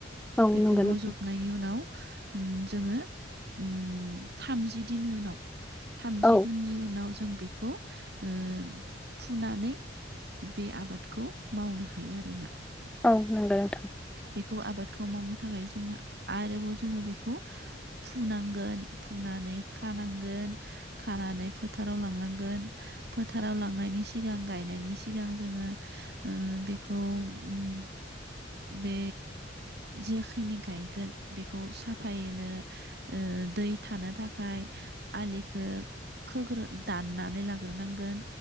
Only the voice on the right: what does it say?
बेखौ
रज'बनायनि
उनाव उम जोङो उम थामजि दिननि उनाव थामजि
दुननि उनाव जों बेखौ ओ फुनानै बे आबादखौ मावनो हायो आरोना।
बेखौ आबादखौ मावनो थाखाय जोङो आरोबाव जोङो बेखौ फुनांगोन फुना नै खानांगोन खानानै फोथाराव लांनां गोन फोथाराव लांनायनि सिगां गायनायनि सिगां जोङो ओ बेखौ उम बे जेखिनि गायगोन बेखौ साफायैनो ओ दै थानो थाखाय आलिखौ खोग्रो दाननानै लाग्रोनांगोन।